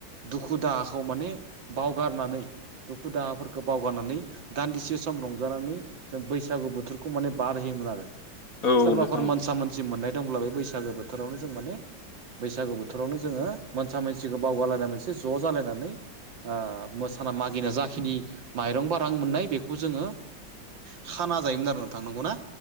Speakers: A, on the right; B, on the left.
A: दुखु दाहाखौ माने बावगारनानै दुखु दाहाफोरखौ बावगारनानै दान्दिसे सम रंजानानै जों बैसागु बोथोरखौ माने बारहोयोमोन आरो।
B: औ
A: सोरबाफोर
B: नोंथां औ
A: मोनसा मोनसि मोननाय दंब्ला बे बैसागो बोथोरावनो जों माने बैसागु बोथोरावनो जोङो मोनसा मोनसिखौ बावगारलायनानै मोनसे ज' जालायनानै ओ मोसाना मागिना जाखिनि माइरं बा रां मोननाय बेखौ जोङो खाना जायोमोन आरो नोंथां। नंगौना?